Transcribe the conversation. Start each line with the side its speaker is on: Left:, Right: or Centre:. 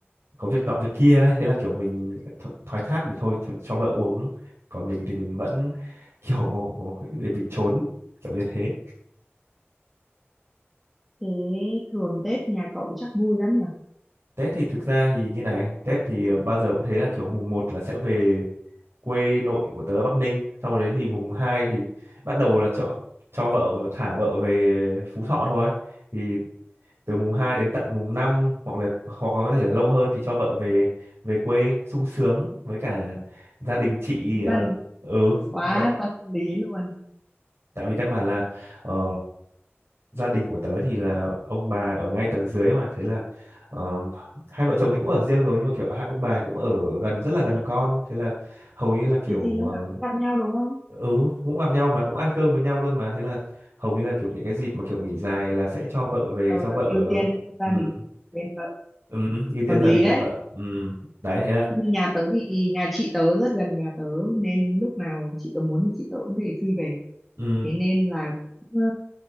Right: có việc nọ việc kia ấy. thế là kiểu mình tho thoái thác được thôi, thôi cho vợ uống còn mình thì mình vẫn <laughs> kiểu để mình trốn kiểu như thế
Centre: thế thường Tết nhà cậu chắc vui lắm nhỉ
Right: Tết thì thực ra thì như này Tết thì bao giờ cũng thế là kiểu mùng một là sẽ về quê nội của tớ ở Bắc Ninh sau đấy thì mùng 2 thì bắt đầu là cho cho vợ thả vợ về Phú Thọ thôi thì từ mùng 2 đến tận mùng 5 hoặc là hoặc có thể là lâu hơn thì cho vợ về về quê sung sướng với cả gia đình chị
Centre: gia
Right: à,
Centre: đình
Right: ừ
Centre: quá
Right: dạ-
Centre: tâm lý luôn
Right: tại vì căn bản là ờ, gia đình của tớ thì là ông bà ở ngay tầng dưới mà thế là ờ, hai vợ chồng thì cũng ở riêng rồi nhưng mà kiểu hai ông bà cũng ở gần rất là gần con thế là hầu như là kiểu
Centre: thế thì lúc
Right: ờ,
Centre: nào cũng gặp nhau đúng không
Right: ừ cũng gặp nhau mà cũng ăn cơm với nhau luôn mà thế là hầu như là kiểu những cái dịp mà kiểu nghỉ dài là sẽ cho vợ về
Centre: Ờ,
Right: cho vợ
Centre: ưu tiên gia
Right: ừ
Centre: đình bên vợ
Right: ừ ưu tiên
Centre: hợp
Right: gia
Centre: lý
Right: đình bên
Centre: đấy
Right: vợ ừ đấy thế là
Centre: Như nhà tớ thì nhà chị tớ rất gần nhà tớ nên lúc nào chị tớ muốn thì chị tớ cũng thể phi về
Right: ừ
Centre: thế nên là cũng, ờ,